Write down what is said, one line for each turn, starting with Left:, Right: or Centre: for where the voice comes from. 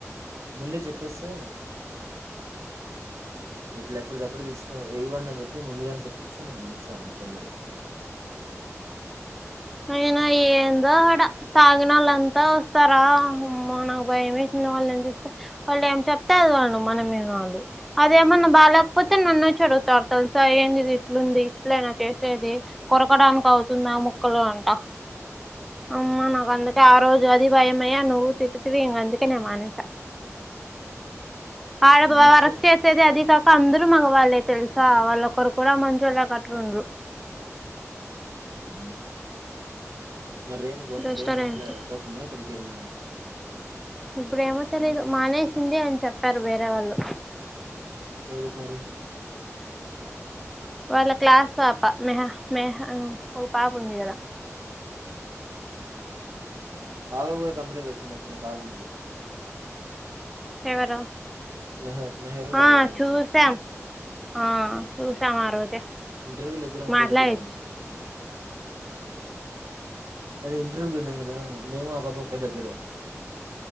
Right: ముందే చెప్పేస్తే ఇట్లా ఎప్పుడు తప్పుడు తీసుకో ఇవ్వండి చెప్పి ముందుగానే చెప్పిస్తా మ అందిస్తారు వాళ్ళ కొందరు
Centre: అయినా ఏందో అడా తాగిన వాళ్ళంతా వస్తారా నాకు భయంమ వేసింది వాళ్ళ ఏం చూస్తే వాళ్ళు ఏం చెప్తే అది వాళ్ళు మనం వినాలి అదేమన్నా బాగాలేకపోతే నన్న చడుగుతారు తెలుసా ఏంటి ఇది ఇట్లుంది ఇట్లయినా చేసేది కొరకడానికి అవుతుందా కొల్ంట అమ్మా నాకు వ ఆ రోజు అది భయమై నువ్వు ఇవి అందుకేనేే మానేస్త ఆ బ
Right: అని చెప్పి
Centre: రక్త ఇతతే అదిిక అందరూ మగవాళ్ళే తెలుసా వాళ్ళొ ఒకరు కూడా మంచోళ్లకు అట్లా ఉండరు
Right: అ మరి రేణు పోత
Centre: రెస్టారెంట్
Right: రేణు అట్లా పోతుందా అక్కడికి ఇకా
Centre: ఇప్పుడు ఏమో తెలీదు మానేసింది అని చెప్పారు వేరే వాళ్ళు
Right: ఎవరుపు మరి
Centre: వాళ్ళ క్లాస్ పాప మెహ మేహ పాప ఉంది కదా
Right: ఆమె కూడా కంపెనీకి వచ్చింది నచ్చున కార్బన్కి
Centre: ఎవరు
Right: మెహర్ మెహర్ వాళ్ళ
Centre: ఆ
Right: లవర్ వచ్చారు
Centre: చూసాం ఆ చూసాం ఆ రోజే
Right: ఇంటర్వ్యూ లో ఇద్దరం ఓకే
Centre: మాట్లాడచ్చు
Right: దగ్గర ఉన్నాం అదే ఇంటర్వ్యూకు పోయినం కదా మేము ఆ పాప ఒకే దగ్గరే